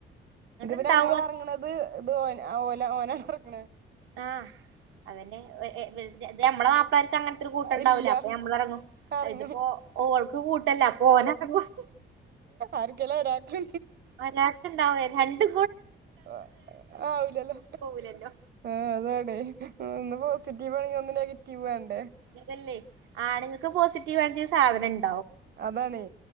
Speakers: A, on the right; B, on the right.
A: ഇതുപിന്നെ
B: ഇണ്ടാവും
A: നമ്മളെറങ്ങണത്
B: അത്
A: ഇത് ഓന് ആ ഓല ഓന് പ്രിക്കണ്
B: ആ അതന്നെ എ എ ത് ഞമ്മളാ പരത്തങ്ങനത്തൊരു കൂട്ടൊണ്ടാവ്വല്ലോ
A: ഇല്ല
B: അപ്പ ഞമ്മളെറങ്ങും
A: എറങ്ങ
B: അ ഇതിപ്പോ ഓൾക്ക് കൂട്ടില്ല അപ്പോ ഓനെറങ്ങും
A: ആര്ക്കേലും ഒരാക്കു
B: ഒരാക്ക് ഇണ്ടാവെ രണ്ടു
A: ആഹ് ആവില്ലല്ലോ
B: പോവൂലല്ലോ
A: ആ അതാണ് ഹ്മ് ഒന്ന് പോസിറ്റീവ് ആണെങ്കി ഒന്ന് നെഗ റ്റീവണ്.
B: ഇതല്ലെ. ആണുങ്ങക്ക് പോസിറ്റീവ് വാചെ സാധനണ്ട്.
A: അതാണേ